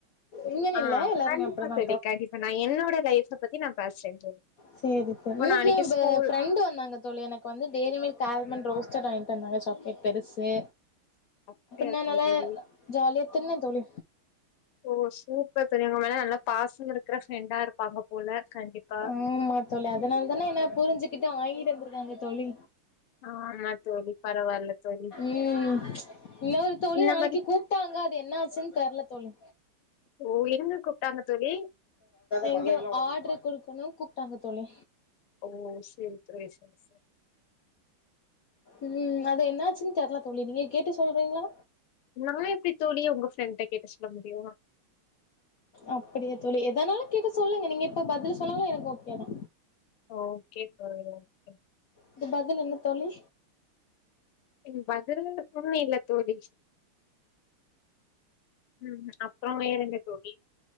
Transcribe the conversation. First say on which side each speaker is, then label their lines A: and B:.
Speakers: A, on the left; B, on the left.
A: இங்கன்னு
B: ஆ
A: இல்ல எல்லாருமே
B: கண்டிப்பா
A: அப்டிதா
B: தோழி கண்டிப்பா நா என்னோட லைஃப பத்தி நா பேசுறே தோழி
A: சேரி தோழி
B: இப்போ
A: இன்னைக்கி
B: நாளைக்கு
A: ஏ ஃப
B: ஸ்கூல்
A: ஃப்ரெண்டு் வந்தாங்க தோழி எனக்கு வந்து டய்ரி மீ்க் ஆல்மண்ட் ரோஸ்டட் வாங்கிட்டு வந்தாங்க சாக்லேட் பெருசு
B: ஆ டே
A: நா
B: தோழி.
A: நல்லா ஜாலியா தின்ன தோழி
B: ஓ சூப்பர் தோழி உங்க மேல நல்லா பாசோ இருக்குற ஃப்ரெண்டா இருப்பாங்க போல கண்டிப்பா
A: ஆமா தோழி அதனால தான என்ன புரிஞ்சுகிட்டு வாங்கிட்டு வந்துருக்காங்க தோழி
B: ஆமா தோழி பரவால்ல தோழி.
A: ம் இன்னொரு தோழி
B: இந்த
A: நாளைக்கி
B: மாரி
A: கூப் டாங்க அது என்ன ஆச்சுன்னு தெர்ல தோழி
B: ஓ எங்க கூப்டாங்க தோழி?
A: எங்யோ ஆட்ரு குடுக்கணு கூப்டாங்க தோழி
B: ஓ சேரி தோழி சேர் சேர்
A: ம் அது என்னாச்சுன்னு தெர்ல தோழி, நீங்க கேட்டு சொல்றீங்களா,
B: நா எப்டி தோழி உங்க ஃப்ரெண்ட கேட்டு சொல்ல முடியு?
A: அப்டியா தோழி எதனாலு கேட்டு சொல்லுங்க நீங்க இப்ப பதிலு சொன்னாலு எனக்கு ஓகே தா
B: ஓகே தோழி ஓகே.
A: இது பதில் என்ன தோழி?
B: ம் பதில்னு எப்பவுமே இல்ல தோழி ம் அப்றோ வேறன்ன தோழி